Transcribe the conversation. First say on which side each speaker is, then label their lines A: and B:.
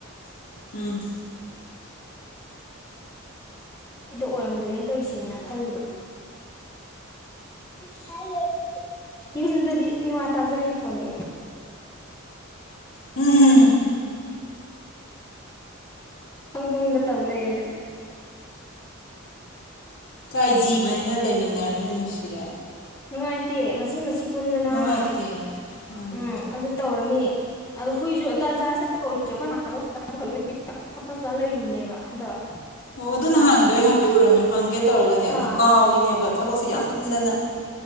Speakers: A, on the left; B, on the left.
A: <inaudible>
B: <unintelligible> ꯑꯣꯏꯔꯝꯗꯔ꯭ꯦ ꯇꯧꯏꯁꯦꯅ ꯈꯜꯂꯤꯕꯥ <inaudible> ꯌꯨꯝꯗꯗꯤ ꯃꯤꯋꯥ ꯇꯥꯖꯔꯤꯄꯣꯠꯅꯤ ꯑꯩ
A: ꯍꯨꯝ
B: ꯍꯧꯗꯣꯡꯗ ꯇꯧ ꯂꯩꯌꯦꯅ
A: ꯀꯥꯌ ꯖꯤꯕꯅꯤꯅꯥ ꯂꯩꯃꯤꯟ ꯅꯔꯕꯅꯤꯅꯥ ꯅꯨꯡꯁꯤꯔꯦ
B: ꯅꯨꯪꯉꯥꯏꯇꯦ ꯃꯆꯤ ꯃꯆꯤ ꯀꯨꯟꯗꯅꯥ
A: ꯅꯨꯡꯉꯥꯏꯇꯦ
B: ꯍꯥ
A: ꯃꯥꯅꯦ
B: ꯎꯝ ꯑꯗꯨ ꯇꯧꯔꯥꯅꯤ ꯑꯗꯣ ꯍꯨꯏꯖꯨ ꯇꯟꯖꯁꯤꯗ ꯇꯧꯔꯤꯁꯤ ꯑꯩꯈꯣꯌ ꯃꯁꯨ ꯍꯣꯁꯄ꯭ꯤꯇꯜꯗ ꯄꯨꯈꯠꯂꯨꯏꯅꯦ ꯍꯣꯁꯄ꯭ꯤꯇꯜꯗ ꯂꯩꯔꯨꯏꯅꯦꯕꯥ ꯍꯟꯗꯛ
A: ꯑꯣ ꯑꯗꯣ ꯅꯥꯍꯟꯒꯤꯗꯣ ꯍꯥꯏꯐꯦꯠ ꯎꯔꯝꯃꯦ ꯍꯡꯒꯦ ꯇꯧꯔꯒꯅꯦ
B: ꯑꯥ
A: ꯑꯃꯨꯛ ꯀꯥꯎꯔꯤꯅꯦꯕꯥ ꯊꯕꯛꯁꯦ ꯌꯝꯃꯟꯗꯅ